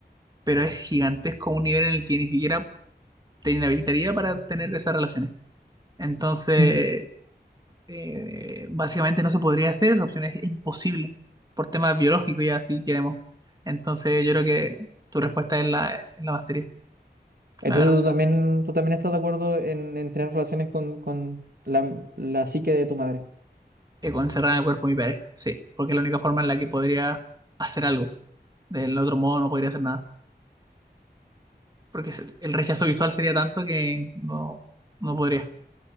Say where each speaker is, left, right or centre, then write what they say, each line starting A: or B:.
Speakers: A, on the right (about 20°); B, on the right (about 60°).
A: pero es gigantesco a un nivel en el que ni siquiera te inhabilitaría para tener esas relaciones. Entonces,
B: Mm.
A: eh, básicamente no se podría hacer, esa opción es imposible por temas biológicos y así queremos. Entonces yo creo que tu respuesta es la, es la más seria,
B: Entonces
A: la verdad.
B: tú también, tú también estás de acuerdo en, en tener relaciones con, con la, la psique de tu madre.
A: Eh, con encerrar en el cuerpo de mi pareja, sí, porque es la única forma en la que podría hacer algo. Del otro modo no podría hacer nada, porque se- el rechazo visual sería tanto que no, no podría.